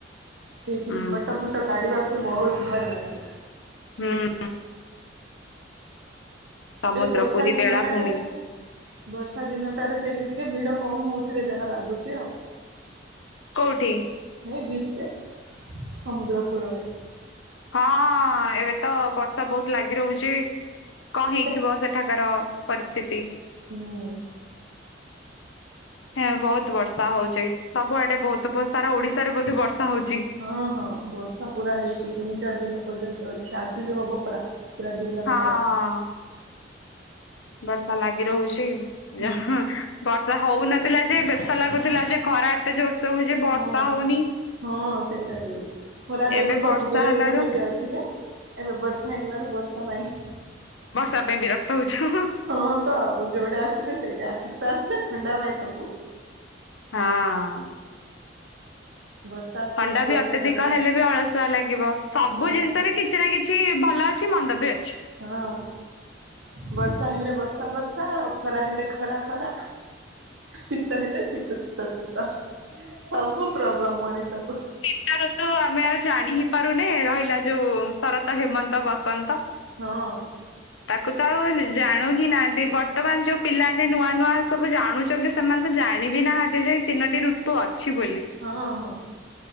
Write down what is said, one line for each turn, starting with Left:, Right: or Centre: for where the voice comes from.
Right: ସେଇଠି
Left: ହୁଁ
Right: ବି, ଫଟୋ ଫଟ କାଢ଼ିବାକୁ ବହୁତ ଭଲ ଲାଗେ।
Left: ହୁଁ। ସମୁଦ୍ର
Right: ଏବେ ବର୍ଷା
Left: ପୁରୀ
Right: ଦିନଟାରେ
Left: ବେଳାଭୂମି
Right: ବର୍ଷା ଦିନଟାରେ ସେଇଠି ଟିକେ ଭିଡ କମ୍, ହଉଥିବ ଯାହା ଭାବୁଛି ଆଉ।
Left: କୋଉଠି?
Right: ଏ ବିଚରେ ସମୁଦ୍ର କୂଳରେ
Left: ହଁ- ହଁ ଏବେ ତ ବର୍ଷା ବହୁତ ଲାଗି ରହୁଛି। କଣ ହେଇଥିବ,
Right: ସେ
Left: ସେଠାକାର ପରିସ୍ଥିତି?
Right: ହୁଁ।
Left: ହଁ ବହୁତ ବର୍ଷା ହଉଛି ଆଜି, ସବୁଆଡେ ବହୁତ ସାରା ଓଡିଶାରେ ବୋଧେ ବର୍ଷା ହଉଛି?
Right: ହଁ- ହଁ ବର୍ଷା ପୁରା ହେଇଛି, ତିନି ଚାରି ଦିନ ପର୍ଯ୍ୟନ୍ତ ଅଛି। ଆଜି ବି ହବ ପରା ପୁରା ଦିନ
Left: ହଁ
Right: ସାରା
Left: ବର୍ଷା ଲାଗି ରହୁଛି,
Right: ହୁଁ
Left: ଯାହା ବର୍ଷା ହଉନଥିଲା ଯେ ବ୍ୟସ୍ତ ଲାଗୁଥିଲା, ଯେ ଖରା ଏତେ ଜୋରସେ ହଉଛି ବର୍ଷା
Right: ହଁ
Left: ହଉନି।
Right: ହଁ ସେଇଟା ବି, ଖରା ଯୋଗୁଁ
Left: ଏବେ
Right: ସବୁ
Left: ବର୍ଷା
Right: ବିରକ୍ତ
Left: ହେଲାରୁ
Right: ହେଇଯାଉ ଥିଲେ, ଏବେ ବର୍ଷା ହେଇଗଲାରୁ ବର୍ଷା ପାଇଁ
Left: ବର୍ଷା ପାଇଁ ବିରକ୍ତ ହଉଛୁ।
Right: ହଁ ତ ଆଉ ଯୋଉଟା ଆସିଲେ ସେଇଟା, ଶୀତ ଆସିଲେ ଥଣ୍ଡା ପାଇଁ ସବୁ।
Left: ହଁ।
Right: ବର୍ଷା ଆସିଲାରୁ
Left: ଥଣ୍ଡା
Right: ବର୍ଷା
Left: ବି ଅତ୍ୟଧିକ
Right: ବର୍ଷା
Left: ହେଲେ ବି ଅଳସ କାଦୁଆ ଲାଗିବ, ସବୁ
Right: ହଁ
Left: ଜିନିଷରେ କିଛି ନା କିଛି ଭଲ ଅଛି ମନ୍ଦ ବି ଅଛି।
Right: ହଁ ବର୍ଷା ହେଲେ ବର୍ଷା ବର୍ଷା, ଆଉ ଖରା ହେଲେ ଖରା ଖରା। ଶୀତ ହେଲେ ଶୀତ ଶୀତ ଶୀତ, ସବୁ ପ୍ରୋବ୍ଲେମ ମଣିଷକୁ।
Left: ବର୍ଷା ଋତୁ ଆମେ ଆଉ ଜାଣି ହି ପାରୁନେ, ରହିଲା ଯୋଉ ଶରତ, ହେମନ୍ତ, ବସନ୍ତ।
Right: ହଁ
Left: ତାକୁ ତ ଆଉ ଜାଣୁ ହିଁ ନାହାନ୍ତି, ବର୍ତ୍ତମାନ ଯୋଉ ପିଲା ନୂଆ ନୂଆ ସବୁ ଜାଣୁଛନ୍ତି ସେମାନେ ତ ଜାଣିବି ନାହାନ୍ତି ଯେ, ତିନୋଟି ଋତୁ ଅଛି ବୋଲି।
Right: ହଁ- ହଁ।